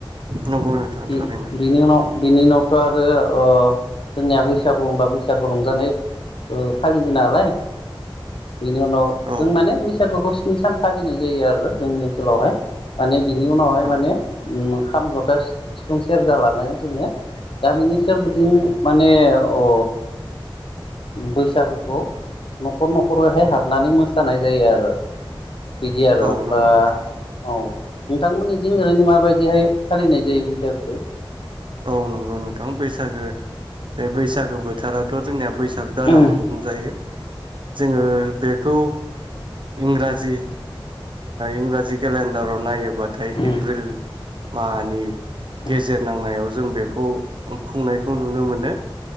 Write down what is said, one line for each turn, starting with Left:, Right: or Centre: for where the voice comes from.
Right: नंगौ नोंथां
Left: बिनि
Right: थारैनो
Left: उनाव बिनि उनावथ आरो अ जोंनिया बैसागु होनबा बैसागु रंजानाय फालियो नालाय बेनि उनाव
Right: औ
Left: जों माने बैसागुखौ स्नि सान फालिनाय जायो आरो जोंनि ओनसोलावहाय माने बिनि उनावहाय
Right: औ
Left: माने ओम खाम जथा सिफुं सेरजा लानानै जोंङो गामिनि सोरगिदिं माने अ बैसागोखौ न'खर न'खरैहाय हाबनानै मोसानाय जायो आरो। बिदि आरो
Right: औ
Left: होम
Right: नंगौ
Left: बा
Right: नोंथां
Left: औ नोंथांमोननिथिं ओरैनो माबायदिहाय फालिनाय जायो बैसागुखौ
Right: औ नंगौ नोंथां बैसागो बे बैसागो बोथोरावाथ जोंनिया बैसाग बैसाग दानावनो
Left: उम
Right: खुंजायो जोंङो बे खौ इंराजि इंराजि केलेन्डाराव नायो थाय
Left: उम उम
Right: एप्रिल माहानि
Left: औ
Right: गेजेर नांनायाव जों बेखौ। खुंनायखौ नुनो मोनो